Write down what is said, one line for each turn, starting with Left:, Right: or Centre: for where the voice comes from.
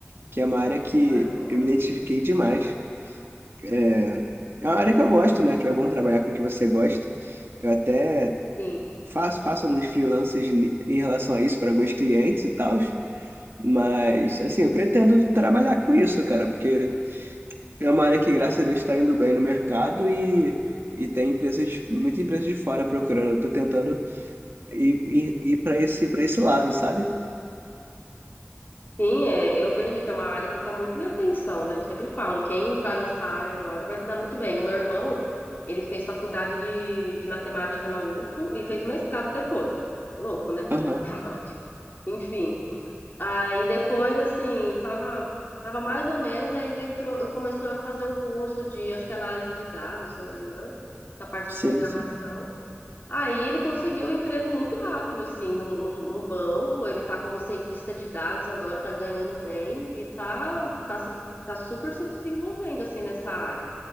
Right: que é uma área que
Left: ai, boa.
Right: eu me identifiquei demais. É, é uma área que eu gosto, né? Tipo, é bom trabalhar com o que você gosta. Eu até
Left: Sim,
Right: faço, faço alguns freelancers ni- em relação a isso para alguns clientes e tal. Mas, assim, eu pretendo trabalhar com isso, cara, porque é uma área que, graças a Deus, está indo bem no mercado e, e tem empresas, muitas empresas de fora procurando. Eu tô tentando ir, ir, ir para esse, para esse lado, sabe?
Left: sim, é, eu vejo que é uma área que está muito em atenção, né? Eu sempre falo, quem entrar nessa área agora vai se dar muito bem. O meu irmão, ele fez faculdade de, de matemática na UFO e fez o mestrado depois. Louco, né? Fazer
Right: Aham,
Left: <laughs> matemática. Enfim. Aí depois, assim, tava, tava mais ou menos, aí ele entrou, começou a fazer um curso de, acho que é análise de dados, se eu não me engano, da parte
Right: Sim,
Left: de programação.
Right: sim.
Left: Aí ele conseguiu um emprego muito rápido, assim, num, num, num banco, ele tá como cientista de dados agora, tá ganhando bem e tá, tá, se, tá super se desenvolvendo, assim, nessa área.